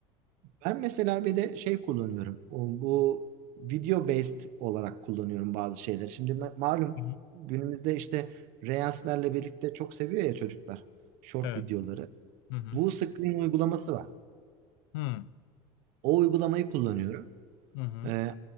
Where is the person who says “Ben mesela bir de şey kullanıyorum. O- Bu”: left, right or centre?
Right